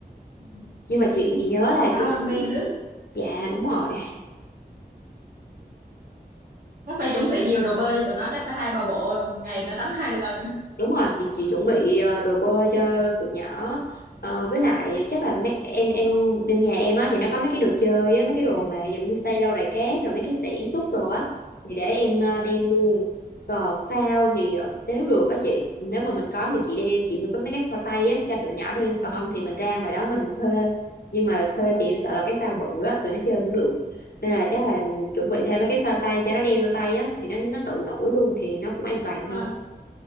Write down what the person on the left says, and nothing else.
Nhưng
mà chị nhớ là
chị
dạ đúng rồi.
<laughs>
Đúng rồi, chị chị chuẩn bị ờ, đồ bơi cho tụi nhỏ. Ờ, với lại chắc là mấy em em bên nhà em á thì nó có mấy cái đồ chơi á, mấy cái đồ mà giống như xây lâu đài cát rồi mấy cái xẻng xúc đồ á thì để em ờ, đem luôn. Còn phao thì ờ, nếu được á chị, nếu mà mình có thì chị đem chị mua có mấy cái phao tay á cho tụi nhỏ đem còn không thì mình ra ngoài đó mình thuê. Nhưng mà thuê thì em sợ là cái phao bự á tụi nó chơi không được. Nên là chắc là chuẩn bị thêm mấy cái phao tay cho nó đem vô tay á thì nó nó tự nổi luôn thì nó cũng an toàn
hơn.